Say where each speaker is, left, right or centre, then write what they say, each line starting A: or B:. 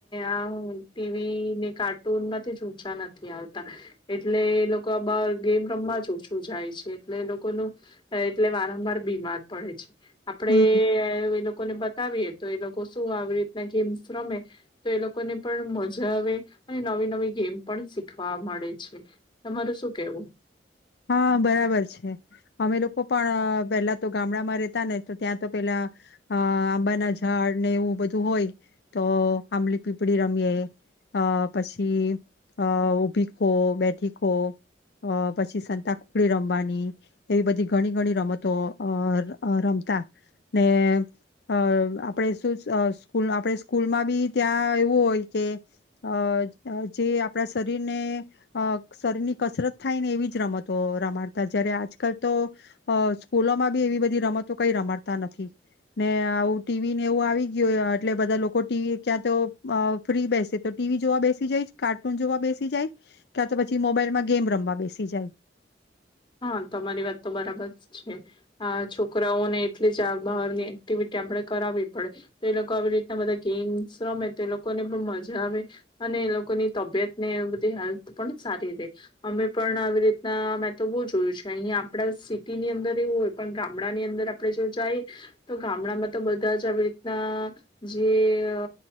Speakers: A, on the left; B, on the left.
A: આ ટીવી ને કાર્ટૂનમાંથી ઊંચા નથી આવતાં એટલે એ આ‌ લોકો બહાર ગેમ રમવા જ ઓછું જાય છે, એટલે એ લોકોનું એટલે વારંવાર બીમાર પડે છે. આપણે
B: હમ
A: એ લોકોને બતાવીએ તો એ લોકો શું આવી રી ના ગેમ્સ રમે તો એ લોકોને પણ મજા આવે અને નવી નવી ગેમ પણ શીખવા મળે. છે. તમારો શું કેવું
B: હા બરાબર છે. અમે લોકો પણ પેલા તો ગામડામાં રેતા ને, તો ત્યાં તો પેલા અ આંબાના ઝાડ ને એવું બધું હોય, તો આંબલી પીપળી રમીએ, અ પછી અ ઊભી ખો, બેઠી ખો અ પછી સંતાકુકડી રમવાની, એવી બધી ઘણી ઘણી રમતો અ અ રમતા ને, અ આપણે શું અ સ્કૂલ આપણે સ્કૂલમાં બી ત્યાં એવું હોય કે અ અ જે આપણા શરીરને અ શરીરની કસરત થાય ને એવી જ રમતો રમાડતા, જયારે આજકાલ તો અ સ્કૂલોમાં બી એવી બધી રમતો કઈ રમાડતા નથી. ને આવું ટીવીને એવું આવી ગયું એટલે બધા લોકો ટીવી ક્યાં તો અ ફ્રી બેસે તો ટીવી જોવા બેસી જાય, કાર્ટૂન જોવા બેસી જાય, ક્યાં તો પછી મોબાઈલમાં ગેમ રમવા બેસી જાય.
A: હા, તમારી વાત તો બરાબર છે. આ છોકરાઓને એટલી જ આ બહારની એક્ટિવિટી આપણે કરાવવી પડે. તો એ લોકો આવી રીતના બધા ગેમ્સ રમે તો એ લોકોને પણ મજા આવે અને એ લોકોની તબિયતને બધી હેલ્થ પણ સારી રે અમે પણ આવી રીતના તો બો જોયું છે. અહીયાં આપડા સિટીની અંદર એવું હોય, પણ ગામડાની અંદર આપડે જો જાઈ તો ગામડામાં તો બધાજ આવી રીતના જે અ